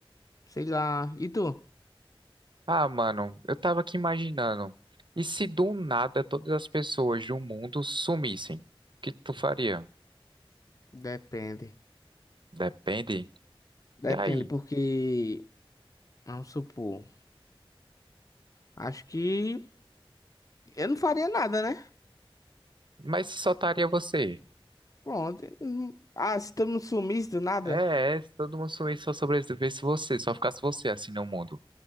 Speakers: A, on the left; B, on the right.
A: Sei lá. E tu?
B: Ah, mano, eu tava aqui imaginando. E se do nada todas as pessoas do mundo sumissem? O que que tu faria?
A: Depende.
B: Depende.
A: Depende,
B: E aí?
A: porque. Vamos supor. Acho que eu não faria nada, né?
B: Mas se só estaria você?
A: Pronto. Hum, Ah, se todo mundo sumisse do nada,
B: É, é, se todo mundo sumisse, só sobrevivesse você, só ficasse você assim no mundo.